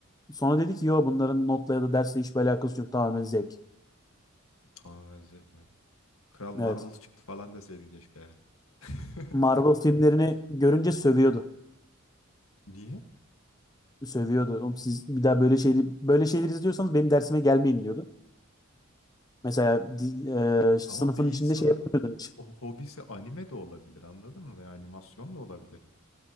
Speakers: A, on the left (about 20°); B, on the left (about 90°).
A: Sonra dedi ki yo bunların notla ya da dersle hiçbir alakası yok tamamen zevk.
B: Tamamen zevk mi? Kral Marvel
A: Evet.
B: çıktı falan deseydin keşke ya. <laughs>
A: Marvel filmlerini görünce sövüyordu.
B: Niye?
A: Sövüyordu. Oğlum siz bir daha böyle şeyleri böyle şeyleri izliyorsanız benim dersime gelmeyin diyordu. Mesela di- e, sınıfın
B: Ama bir
A: içinde
B: insanın
A: şey yapmıyordun hiç.
B: o hobisi anime de olabilir anladın mı? Veya animasyon da olabilir.